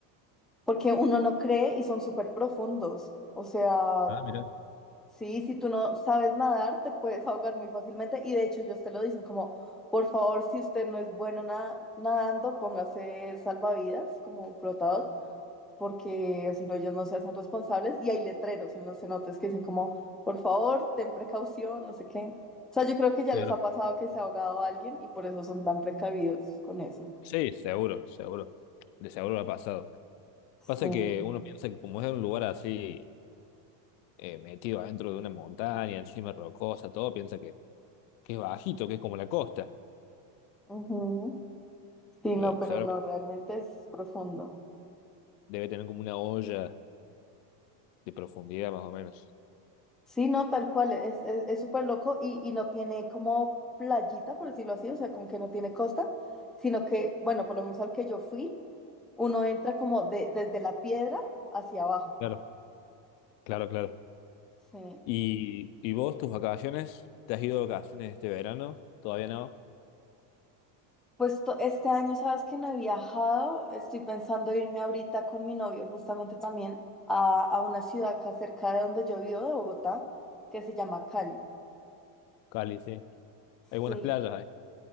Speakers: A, in the centre; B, on the left (about 75°).
A: Porque uno no cree y son súper profundos. O sea,
B: Ah, mirá,
A: Sí, si tú no sabes nadar, te puedes ahogar muy fácilmente. Y de hecho, ellos te lo dicen como, por favor, si usted no es bueno na- nadando, póngase salvavidas como flotador, porque si no, ellos no se hacen responsables. Y hay letreros en los cenotes que dicen como, por favor, ten precaución, no sé qué. O sea, yo creo que ya
B: claro.
A: les ha pasado que se ha ahogado alguien y por eso son tan precavidos con eso.
B: Sí, seguro, seguro. De seguro lo ha pasado. Pasa
A: Sí.
B: que uno piensa que como es un lugar así, eh, metido adentro de una montaña, encima rocosa, todo, piensa que, que es bajito, que es como la costa.
A: Ujú. Sí,
B: Pero
A: no, pero
B: seguramente
A: no, realmente es profundo.
B: debe tener como una olla de profundidad más o menos.
A: Sí, no, tal cual, es, es, es súper loco y, y no tiene como playita, por decirlo así, o sea, como que no tiene costa, sino que, bueno, por lo menos al que yo fui, uno entra como de- desde la piedra hacia abajo.
B: Claro, claro, claro.
A: Sí.
B: ¿Y, y vos, tus vacaciones? ¿Te has ido de vacaciones este verano? ¿Todavía no?
A: Pues to- este año, sabes que no he viajado, estoy pensando irme ahorita con mi novio justamente también a, a una ciudad acá cerca de donde yo vivo, de Bogotá, que se llama Cali.
B: Cali, sí. Hay buenas
A: Sí,
B: playas ahí.